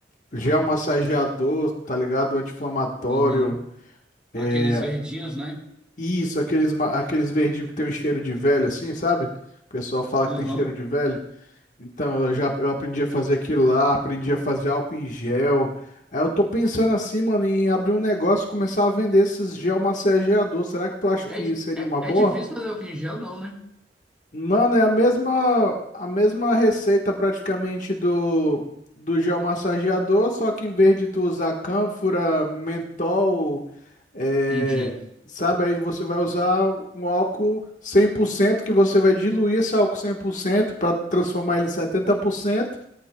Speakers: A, on the left; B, in the centre.
A: gel massageador, tá ligado? Anti-inflamatório.
B: Aham. Aqueles
A: é,
B: verdinhos, né?
A: Isso, aqueles, ma- aqueles verdinhos que tem o cheiro de velho, assim, sabe? O pessoal fala
B: Aham.
A: que tem cheiro de velho. Então, eu já eu aprendi a fazer aquilo lá, aprendi a fazer álcool em gel. Aí eu tô pensando assim, mano, em abrir um negócio e começar a vender esses gel massageador. Será que tu acha
B: É,
A: que
B: di-
A: seria
B: é,
A: uma boa?
B: é difícil fazer álcool em gel, não, né?
A: Mano, é a mesma a mesma receita praticamente do do gel massageador, só que em vez de tu usar cânfora, mentol, é,
B: Entendi.
A: sabe, aí você vai usar um álcool 100% que você vai diluir esse álcool 100% para transformar ele em 70%.